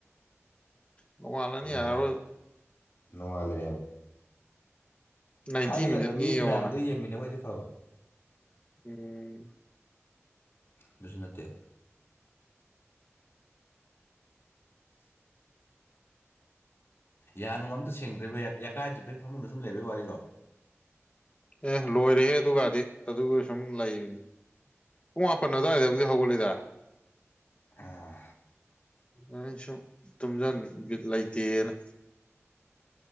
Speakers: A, on the left; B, on the left.
A: ꯅꯣꯡꯉꯥꯜꯂꯅꯤ
B: ꯑꯗꯨ
A: ꯌꯥꯔꯥꯔꯣꯏ
B: ꯅꯣꯡꯉꯥꯜꯂꯦ
A: ꯅꯥꯏꯟꯇꯤ
B: ꯊꯥꯏꯔꯤꯉꯩꯗ
A: ꯃꯤꯅꯠꯅꯤ
B: ꯃꯤ
A: ꯌꯦꯡꯉꯣꯅ
B: ꯐꯅꯌꯥꯝꯇ ꯌꯦꯡꯃꯤꯟꯅꯕ ꯊꯕ
A: ꯎꯝ
B: ꯑꯗꯨꯁꯨ ꯅꯠꯇꯦ ꯌꯥꯅꯨꯡ ꯑꯝꯇ ꯁꯦꯡꯗ꯭ꯔꯤ ꯕꯌꯥ ꯌꯥꯀꯥꯏꯗꯕꯩ ꯐꯃꯨꯡꯗꯣ ꯁꯨꯝ ꯂꯩꯕꯩ ꯋꯥꯔꯤꯔꯣ
A: ꯑꯦ ꯂꯣꯏꯔꯦꯍꯦ ꯑꯗꯨꯒꯗꯤ ꯑꯗꯨꯒ ꯁꯨꯝ ꯂꯩꯕꯅꯤ ꯄꯨꯡ ꯃꯥꯄꯟ ꯑꯗꯨꯋꯥꯏꯗꯕꯨꯗꯤ ꯍꯧꯒꯠꯂꯤꯗ
B: ꯑꯣ
A: ꯑꯩ ꯁꯨꯝ ꯇꯨꯝꯁꯤꯟ ꯕꯤꯠ ꯂꯩꯇꯦꯅ